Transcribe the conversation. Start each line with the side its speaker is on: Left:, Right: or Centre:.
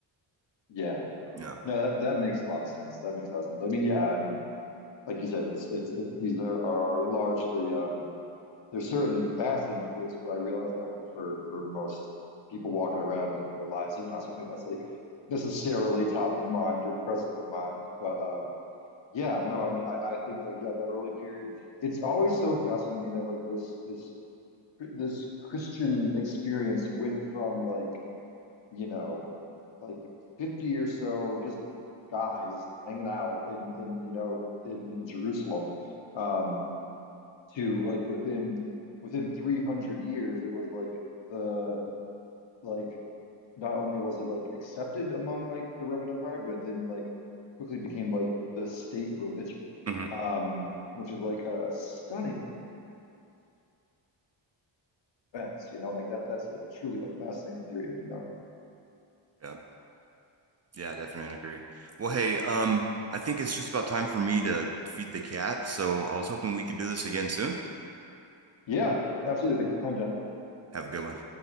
Left: Yeah.
Right: you know,
Left: No, that that makes a lot of sense. That makes a lot of sense. I mean, yeah, I mean, like you said, it's it's it, these are are largely um they're certainly fascinating debates, but I realize that like for for most people walking around and living their lives, they're not something that's like necessarily top of mind or present of mind. But um yeah, no, I mean, I I think like yeah, that early period, it's always so fascinating to me that like this this this Christian experience went from like you know, like 50 or so just guys hanging out in in you know in in Jerusalem um to like within within 300 years it was like the like not only was it like accepted among like the Roman Empire but it then like quickly became like the state religion
Right: mm-hmm,
Left: um which is like a, a stunning event you know and like that that's a truly like fascinating period you know
Right: yeah Yeah, definitely agree. Well, hey, um, I think it's just about time for me to feed the cat, so I was hoping we could do this again soon.
Left: yeah absolutely thanks for your time John
Right: Have a good one.